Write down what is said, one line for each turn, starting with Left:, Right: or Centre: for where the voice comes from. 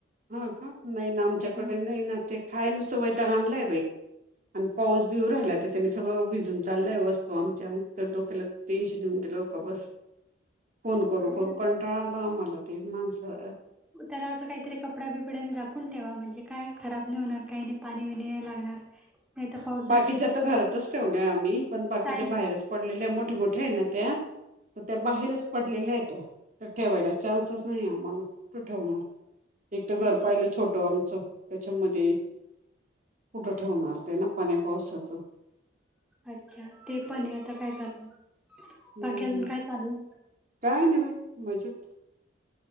Right: हा का? नाही ना, आमच्याकडे
Centre: हां.
Right: नाही ना ते काय नुसतं वैताग आणलायं बाई. आणि पाऊस बी येवू राहिला त्याच्याने सगळं भिजून चाललंय वस्तू आमच्या डोक्याला टेन्शन येवून- <unintelligible> बस फोन करू
Centre: जाऊ
Right: करू
Centre: दे आता.
Right: कंटाळा आला आम्हाला ते माणसं-
Centre: त्याला असं काहीतरी कपडा बिप- ड्याने झाकून ठेवा. म्हणजे कायं? खराब नाही होणार काही, पाणी बिणी नाही लागणार. नाही तर पावसाचे
Right: बाकीच्या तरं घरातच ठेवल्याय आम्ही. पण बाकीच्या
Centre: स्टाईल
Right: बाहेरच पडलेल्याये मोठमोठ्या आहेत ना त्या. तर त्या बाहेरच पडलेल्या आहेत. त्या तर ठेवायला चान्सच नाहीए आम्हाला. कुठं ठेवणार? एक तर घर
Centre: अच्छा,
Right: पाहिलं छोटं आमचं त्याच्यामध्ये -कुठं ठेवणार ते ना? पाण्या पावसाच.
Centre: अच्छा. ते पण आहे आता काय करणार?
Right: हम्म
Centre: बाकी अजून काय चालू?
Right: काय नाही बाई मजेत.